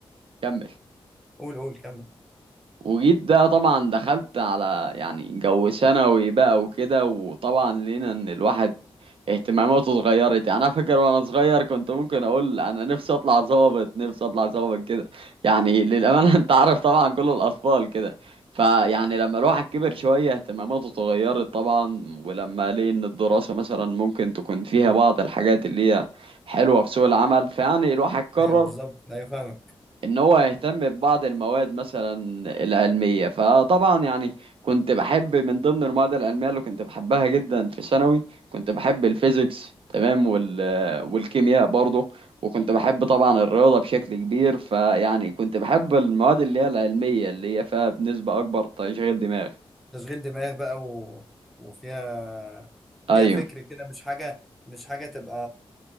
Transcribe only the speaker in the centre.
قول قول كمل
ايوه بالظبط ايوه فاهمك
تشغيل دماغ بقى و... وفيها
فيها فكر كده مش حاجه مش حاجه تبقى